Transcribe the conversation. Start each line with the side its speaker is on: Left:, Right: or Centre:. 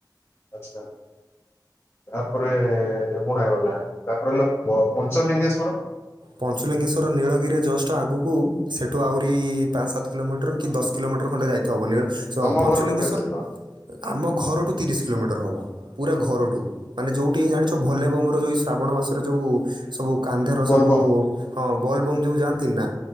Left: ଆଚ୍ଛା। ତାପରେ ରେମୁଣା ଗଲା ତାପରେ ହେଲା ପ ପଞ୍ଚଲିଙ୍ଗେଶ୍ଵର।
Right: ପଞ୍ଚୁଲିଙ୍ଗେଶ୍ୱର ନୀଳଗିରି ରେ ଜଷ୍ଟ ଆଗକୁ ସେଠୁ ଆହୁରି ପାଞ୍ଚ ସାତ କିଲୋମିଟର। କି ଦଶ କିଲୋମିଟର ଖଣ୍ଡେ ଯାଇଥବ ହବନି
Left: ତମ
Right: ପଞ୍ଚଲିଙ୍ଗେଶ୍ଵର।
Left: ଘରଠୁ କେତେ ଦୂର?
Right: ଆମ ଘରୁଠୁ ତିରିଶ କିଲୋମିର ହବ ପୁରା ଘରୁଠୁ ମାନେ ଯଉ ଜାଣିଛ ଭୋଲେବମ ର ଯୋଉ ଏଇ ଶ୍ରାବଣ ମାସର ଯୋଉ ସବୁ କାନ୍ଧରେ
Left: ବୋଲବମ୍
Right: ସବୁ ହଁ
Left: ହୁଁ
Right: ବୋଲବମ
Left: ହୁଁ ହୁଁ
Right: ଯଉ ଯାଆନ୍ତି ନା